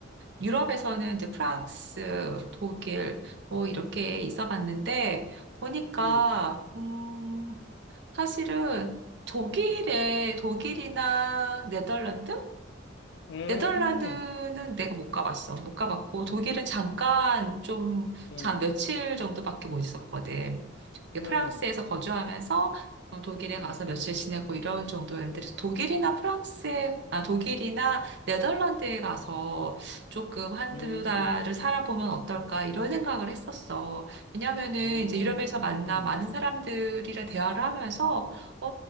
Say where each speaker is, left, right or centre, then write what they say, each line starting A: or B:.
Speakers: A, on the right (about 60°); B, on the left (about 60°).
A: 유럽에서는 이제 프랑스, 독일 뭐 이렇게 있어봤는데 보니까
B: 음,
A: 음 사실은 독일에, 독일이나 네덜란드?
B: 음,
A: 네덜란드는 내가 못 가봤어. 못 가봤고, 독일은 잠깐 좀,
B: 음,
A: 자, 며칠 정도밖에 못 있었거든. 이게
B: 음,
A: 프랑스에서 거주하면서 어, 독일에
B: 음,
A: 가서 며칠 지내고 이런 정도였는데, 독일이나 프랑스에, 아, 독일이나 네덜란드에 가서 조금 한두
B: 음,
A: 달을 살아보면 어떨까, 이런 생각을 했었어. 왜냐면은
B: 아,
A: 이제 유럽에서 만나
B: 음,
A: 많은 사람들이랑 대화를 하면서, 어,